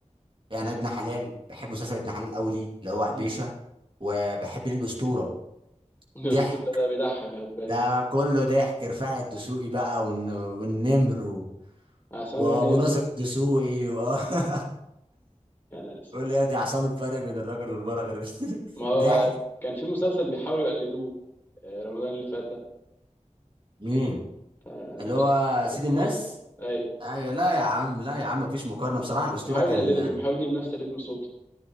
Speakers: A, on the right (about 40°); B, on the left (about 15°).
A: يعني ابن حلال بحب مسلسل ابن حلال قوي ليه اللي هو حبيشه
B: مم.
A: وبحب ليه الاسطوره
B: <laughs> الاسطوره
A: ضحك
B: ده بيضحك هتبان
A: ده كله ضحك رفاعي الدسوقي بقى والن- والنمر و...
B: عصام
A: و... وناصر
B: ينام
A: الدسوقي و... <laughs>
B: يا نهار اسود
A: قول لي يا دي عصام الفرق بين الراجل والمرأة غير <laughs>
B: ما هو
A: ضحك
B: كان في مسلسل بيحاولوا يقلدوه آه، رمضان اللي فات ده
A: مين
B: آه،
A: اللي هو
B: مش عارف سيد
A: سيد
B: الناس
A: الناس
B: اي
A: ايوه لا يا عم لا يا عم مفيش مقارنه بصراحه الاسطوره
B: كان بيحاول
A: كان
B: يقلده كان بيحاول يجيب نفس رتم صوته